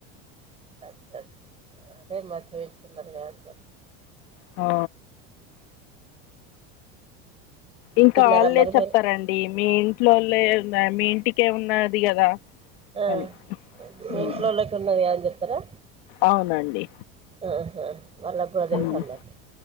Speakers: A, on the right (about 20°); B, on the left (about 70°).
A: అచ్చ అదే మరి చూయించుకున్నారు కావచ్చ
B: ఆ ఇంకా
A: తిన్నారా
B: వాళ్ళ
A: మరి
B: చెప్తారండి
A: మీరు
B: మీ ఇంట్లోల్లే ఉన్నా మీ ఇంటికే ఉన్నది కదా
A: ఆ
B: అని
A: మీ
B: హ్మ్.
A: ఇంట్లోలోకి ఉన్నదని చెప్తారా
B: అవునండి
A: ఆహా వాళ్లకు కూడా తెలుసు
B: హ్మ్.
A: అన్నట్టు